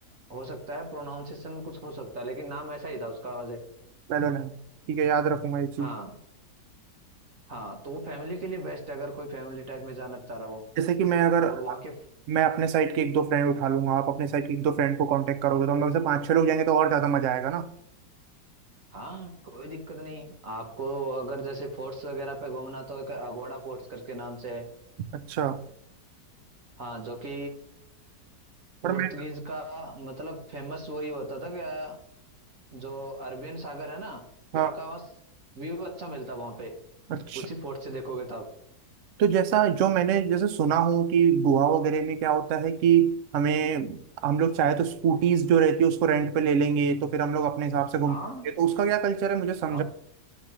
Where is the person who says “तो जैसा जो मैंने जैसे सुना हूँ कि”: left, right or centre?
Right